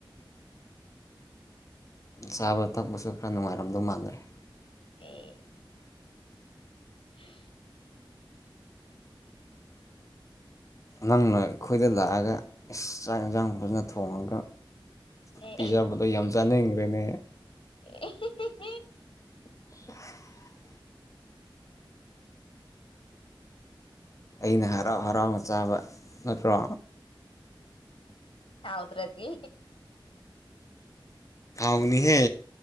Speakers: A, on the left; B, on the left.
A: ꯆꯥꯕ ꯊꯛꯄꯁꯨ ꯈꯔ ꯅꯨꯡꯉꯥꯏꯔꯝꯗꯧ ꯃꯥꯟꯅꯔꯦ
B: ꯑꯦ ꯎꯝ
A: ꯅꯪꯅ ꯑꯩꯈꯣꯏꯗ ꯂꯥꯛꯑꯒ ꯏꯁ ꯆꯥꯛ ꯌꯦꯟꯁꯥꯡ ꯐꯖꯅ ꯊꯣꯡꯉꯒ
B: ꯑꯦ
A: ꯄꯤꯖꯥꯕꯗꯣ ꯌꯥꯝ ꯆꯥꯅꯩꯪꯈ꯭ꯔꯦꯅꯦ
B: ꯑꯦ ꯍꯤ ꯍꯤ
A: <inaudible> ꯑꯩꯅ ꯍꯔꯥꯎ ꯍꯔꯥꯎꯅ ꯆꯥꯕ ꯅꯠꯇ꯭ꯔꯣ
B: ꯍꯥꯎꯗ꯭ꯔꯗꯤ
A: ꯍꯥꯎꯅꯤꯍꯦ